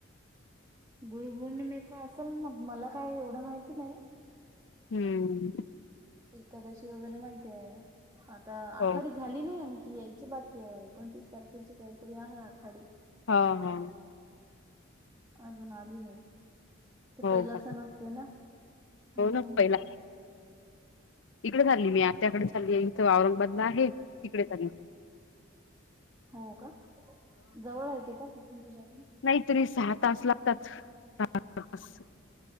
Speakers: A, on the right (about 15°); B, on the left (about 65°).
A: गुरुपौर्णिमेचा असेल मग मला काय एवढं माहिती नाही.
B: हम्म.
A: एकादशी वगैरे माहिती आहे आता आखाडी
B: हो
A: झाली नाही आणखी ही यायची बाकी आहे एकोणतीस तारखेची काहीतरी आहे आखाडी.
B: हा हा.
A: अजून आली नाही. ते पहिला
B: हो का
A: सण असतय ना हम्.
B: हो ना पहिला इकडे चालली मी आत्याकडे चालली इथं औरंगाबादला आहे तिकडे चाली.
A: हो का? जवळ आहे का ते तिथून तुझ्यातणे?
B: नाही तरी सहा तास लागतात सहा तास.